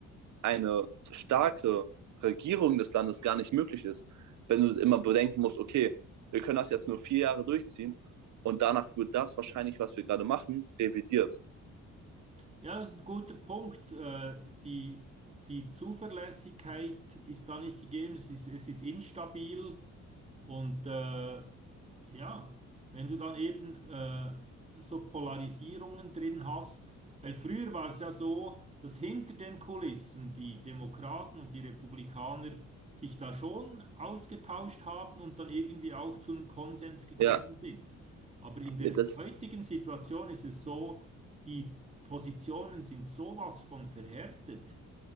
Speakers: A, on the right; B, on the right.
A: eine starke Regierung des Landes gar nicht möglich ist, wenn du immer bedenken musst, okay, wir können das jetzt nur vier Jahre durchziehen und danach wird das wahrscheinlich, was wir gerade machen, revidiert.
B: Ja, das ist ein guter Punkt. Äh, die, die Zuverlässigkeit ist da nicht gegeben, es ist, es ist instabil und äh, ja, wenn du dann eben äh, so Polarisierungen drin hast, weil früher war es ja so, dass hinter den Kulissen die Demokraten und die Republikaner sich da schon ausgetauscht haben und dann irgendwie auch zu einem Konsens gekommen
A: Ja,
B: sind. Aber in der
A: ja das,
B: heutigen Situation ist es so, die Positionen sind sowas von verhärtet,